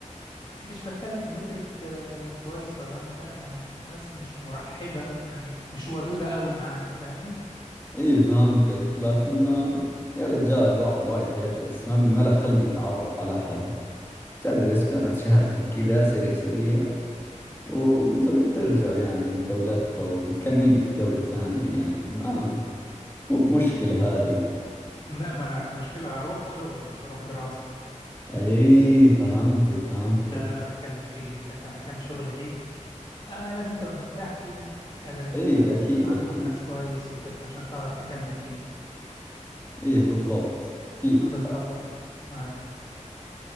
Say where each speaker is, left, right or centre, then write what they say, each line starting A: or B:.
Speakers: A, on the left; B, on the left.
A: مش بتكلم في فكره آه، كويس ولا وحش لا يعني ناس مش مرحبه قوي يعني مش ودوده قوي معاك فاهمني
B: إيه فهمتك لكن آه يا رجال الواحد رايح يدرس ما بي ما له خلق يتعرف على حد تدرس بتاخذ شهادتك كذا سريع سريع وبترجع يعني لدولتك وبتكمل لك في دولة ثانية يعني ما مو بمشكلة هذه
A: ما ما انا مشكله هروح شغل مش هروح دراسه
B: ايه فهمتك فهمتك
A: ده اللي انا بتكلم فيه فكمكان شغل ليك آه لازم تبقى مرتاح فيه يعني قادر ان
B: ايه
A: انت لما مم.
B: اكيد
A: تتعامل
B: اكيد
A: مع الناس كويس وكده عشان تعرف تكمل فيه
B: ايه بالضبط اكيد
A: آه، بالظبط آه.